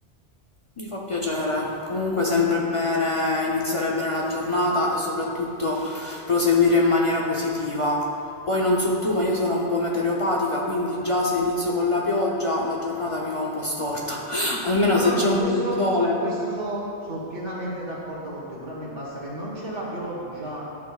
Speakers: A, on the left; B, on the right.
A: Mi fa piacere. Comunque sempre bene iniziare bene la giornata e soprattutto proseguire in maniera positiva. Poi non so tu, ma io sono un po' meteoropatica, quindi già se inizio con la pioggia la giornata mi va un po' storta. <laughs> Almeno
B: No,
A: se
B: no,
A: c'è
B: su
A: un
B: questo,
A: po' di sole.
B: su questo so, so pienamente d'accordo con te. Pure a me basta che non c'è la pioggia